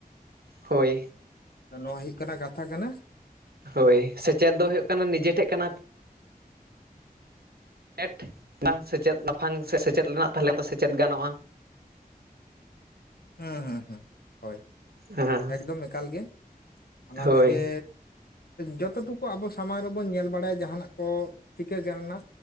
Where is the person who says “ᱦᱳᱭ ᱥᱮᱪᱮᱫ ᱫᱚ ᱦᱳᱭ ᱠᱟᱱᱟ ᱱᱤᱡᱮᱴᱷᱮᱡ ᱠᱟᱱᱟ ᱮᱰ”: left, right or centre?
Right